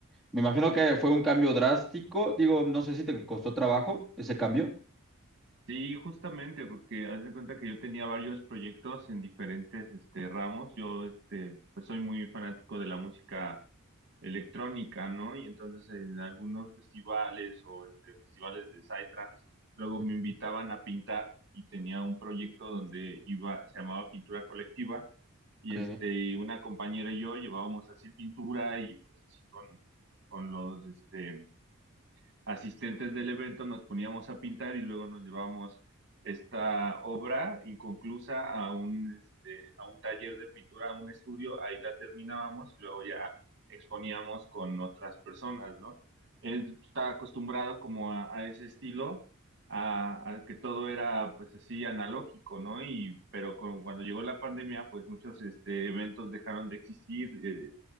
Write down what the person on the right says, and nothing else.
Sí, justamente, porque haz de cuenta que yo tenía varios proyectos en diferentes este, ramos. Yo este, pues soy muy fanático de la música electrónica, ¿no? Y entonces en algunos festivales o este, festivales de Psytrance, luego
me invitaban a pintar y tenía un proyecto donde iba, se llamaba Pintura Colectiva, y
este, una compañera y yo llevábamos así pintura y pues así con, con los, este, asistentes del evento nos poníamos a pintar y luego nos llevábamos esta obra inconclusa a un, este, a un taller de pintura, a un estudio, ahí la terminábamos y luego ya exponíamos con otras personas, ¿no? Él estaba acostumbrado como a, a ese estilo, a, a, que todo era pues así analógico, ¿no? Y pero con, cuando llegó la pandemia, pues muchos este, eventos dejaron de existir, eh,